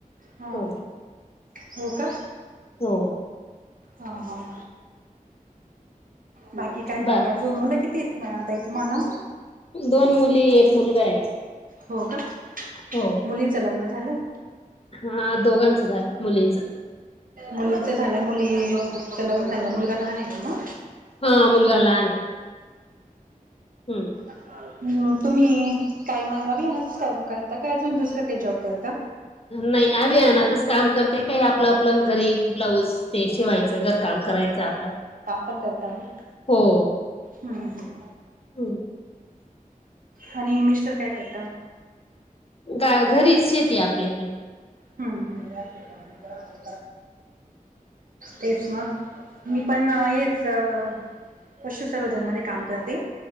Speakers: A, on the right; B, on the left.
A: हं
B: हो
A: हो का?
B: हो.
A: ह ह बाकी काय
B: बा
A: मग काजू मुलं किती? मिळत आहे तुम्हाला.
B: दोन मुली एक मुलगा आहे.
A: हो का.
B: हो.
A: मुलींचं लग्न झालंय?
B: हा दोघांचं झालंय मुलींचं.
A: मुलींच झालंय मुलीच लग्न झालं मुलगा लहान आहे. हम
B: हा मुलगा लहान आहे हम्म.
A: <inaudible> हम्म तुम्ही काय मग अभियानच करता काय अजून दुसरं काही जॉब करता.
B: नाही अभियानतच काम करते, काही आपलं आपलं गरीब ब्लाऊज ते शिवायचं घर काम करायचं आपलं.
A: आपण करता ह <inaudible>
B: हो!
A: हम्म हम्म,
B: हम्म
A: आणि मिस्टर काय करतात.
B: गा घरीच शेती आपली आपली.
A: हम्म हम्म तेच ना मग मी पण हेच तर पशुसर्वोधनमध्ये काम करते.